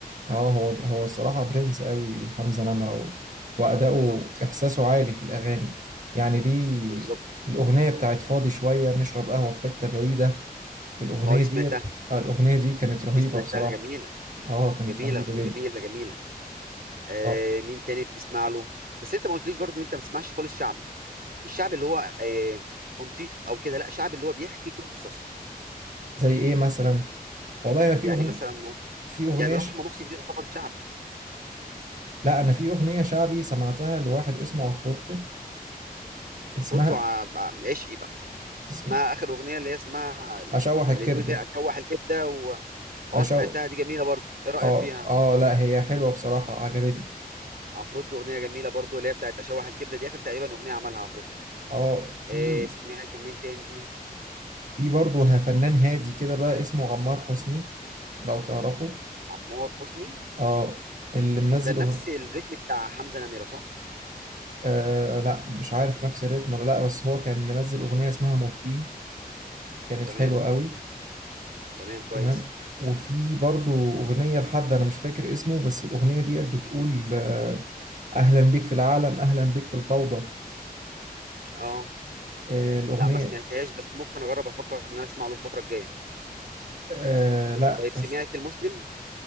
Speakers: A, on the right; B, on the right.
A: اه هو هو الصراحة برنس قوي حمزة نمرة و... وأداؤه
B: بالظبط
A: إحساسه عالي في الأغاني يعني دي
B: بالظبط
A: الأغنية بتاعت فاضي شوية نشرب قهوة في حتة بعيدة الأغنية
B: اه دي
A: دي
B: سمعتها
A: آه، الأغنية دي كانت رهيبة
B: دي سمعتها
A: بصراحة
B: جميلة
A: اه كانت
B: جميلة
A: رهيبة جدا
B: جميلة جميلة آه
A: اه
B: مين تاني بتسمع له بس انت ما قلتليش برضه ان انت ما بتسمعش خالص شعبي مش شعبي اللي هو آه تنطيط او كده لا شعبي اللي هو بيحكي قصص
A: زي إيه مثلا والله أنا في
B: يعني
A: أغن...
B: مثلا مو-
A: في أغنية
B: يعني رحمة
A: ش...
B: محسن دي تعتبر شعبي
A: لا أنا في أغنية شعبي سمعتها لواحد اسمه عفروتو اسمها
B: افرطه ع- ع- عشقي بقى
A: اسم...
B: اسمها اخر اغنيه اللي هي اسمها ال-
A: أشوح الكبدة
B: اللي بيقول فيها اشوح الكبده و... اه
A: أشو
B: سمعتها دي جميله برضو ايه رايك
A: اه
B: فيها
A: اه لا هي حلوة بصراحة عجبتني
B: عفروتو اغنيه جميله برضو اللي هي بتاعت اشوح الكبده دي اخر تقريبا اغنيه عملها عفروتو
A: اه في
B: إيه سمعت لمين تاني
A: في برضه فنان هادي كده بقى اسمه عمار حسني لو تعرفه
B: عمار حسني
A: اه اللي منزل
B: ده نفس
A: أغ...
B: الريتم بتاع حمزه نميره صح
A: آه لا مش عارف نفس الريتم ولا لا بس هو كان منزل أغنية اسمها مورفين كانت
B: تمام
A: حلوة قوي
B: تمام كويس
A: تمام وفي برضه أغنية لحد أنا مش فاكر اسمه بس الأغنية ديت بتقول آه أهلا بيك في العالم أهلا بيك في الفوضى
B: اه
A: آه الأغنية
B: لا ما سمعتهاش بس ممكن اجرب افكر ان انا اسمع له الفتره الجايه
A: آه لا
B: طيب سمعت
A: ش-
B: المسلم